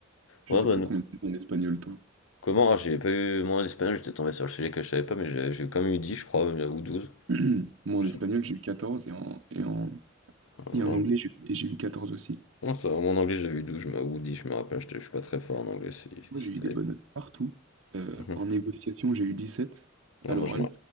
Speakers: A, on the right; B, on the left.
A: je
B: Ouais,
A: sais
B: bah,
A: plus
B: nous-
A: combien de en espagnol, toi.
B: comment? ah, j'ai pas eu, moi, l'espagnol, j'étais tombé sur le sujet que je savais pas, mais j'ai j'ai quand même eu dix je crois, ou 12
A: <clears throat> Moi,
B: Je
A: en espagnol,
B: sais
A: j'ai eu 14 et en, et en,
B: pas.
A: et
B: Donc,
A: en anglais, j'ai et j'ai eu 14 aussi.
B: Non, ça mon anglais, j'avais eu 12, je me- ou 10, je me rappelle, j'étais- je suis pas très fort en anglais. Si,
A: Moi,
B: c'était-
A: j'ai eu des bonnes notes partout. Euh,
B: Mhm.
A: en négociation, j'ai eu 17
B: Non,
A: À l'oral,
B: moi, je me...